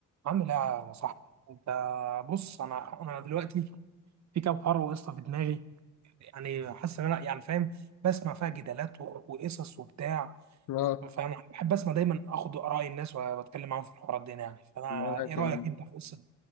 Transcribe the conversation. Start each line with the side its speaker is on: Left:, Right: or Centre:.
Right: عامل ايه يا صاحبي انت بص انا انا دلوقتي في كام حوار قصه في دماغي يعني حاسس ان انا يعني فاهم بسمع فيها جدالات و- وقصص وبتاع
Left: اه
Right: فانا بحب اسمع دايما اخد اراء الناس واتكلم معاهم في الحوارات دي يعني فانا
Left: معاك
Right: ايه رايك
Left: يعني
Right: انت في قصه